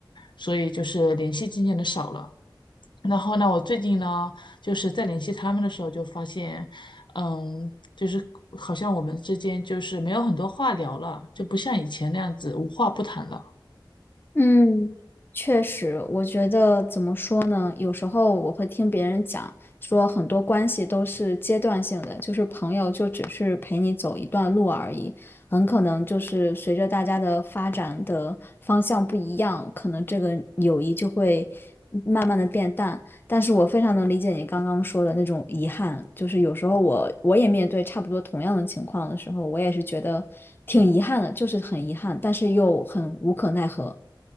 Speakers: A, on the left; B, on the left.
A: 所以就是联系渐渐的少了。然后呢，我最近呢，就是在联系他们的时候，就发现，嗯，就是好像我们之间就是没有很多话聊了，就不像以前那样子无话不谈了。
B: 嗯，确实，我觉得怎么说呢？有时候我会听别人讲，说很多关系都是阶段性的，就是朋友就只是陪你走一段路而已，很可能就是随着大家的发展的方向不一样，可能这个友谊就会慢慢的变淡。但是我非常能理解你刚刚说的那种遗憾，就是有时候我我也面对差不多同样的情况的时候，我也是觉得挺遗憾的，就是很遗憾，但是又很无可奈何。